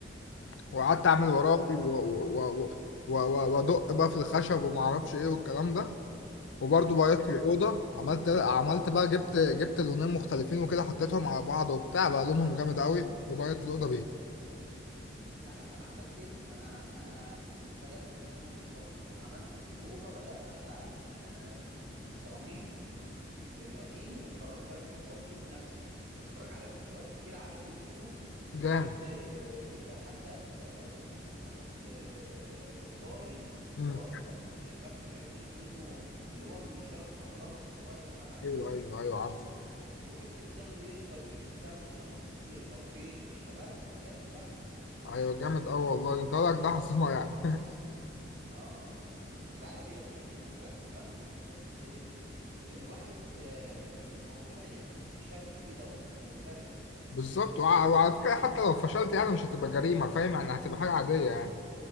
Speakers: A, on the left; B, on the right.
A: وقعدت اعمل وراه
B: اه
A: و- و- و- و- و- وادق بقى في الخشب وما اعرفش ايه والكلام ده وبرضه بيضت
B: اه
A: الاوضه عملت عملت بقى جبت جبت لونين مختلفين وكده حطيتهم على بعض وبتاع بقى لونهم جامد قوي وبيضت الاوضه بيه
B: انت عارف انا عملت ايه انا انا بدات من اول السطر عملت في الاوضه بدات اخلع ال- السيراميك القديم وقررت اركب بركيب نفسي كنت بتفرج على فيديوهات كتير على اليوتيوب
A: جامد
B: جبت جبت حتى جبت ادوات كتير من واحد آه، جاري
A: امم
B: هو اصلا شغال في الحاجات دي جبت منه اللي هو المنشار الكهرباء الصغير ده عارفه
A: ايوه ايوه ايوه عارف
B: وجبت ميزان ليزر وجبت صمغ مخصوص للباركيه اشتغلت فعليا بدأت
A: ايوه جامد قوي والله انت لك ده حصنه يعني <laughs>
B: اه <laughs> انت عارف هي بص هي مجازفة بس الواحد آه، الموضوع يعني شده كده وجذبه
A: بالظبط وع- وعلى فكرة حتى لو فشلت يعني مش هتبقى جريمة فاهم يعني هتبقى حاجة عادية يعني